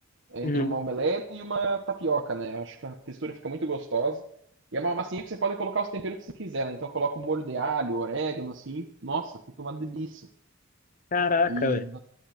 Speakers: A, on the right; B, on the left.
A: É
B: Uhum.
A: entre uma omelete e uma tapioca, né? Eu acho que a textura fica muito gostosa. E é uma massinha que você pode colocar os temperos que você quiser, né? Então coloca o molho de alho, orégano, assim. Nossa, fica uma delícia.
B: Caraca,
A: E
B: velho.
A: d-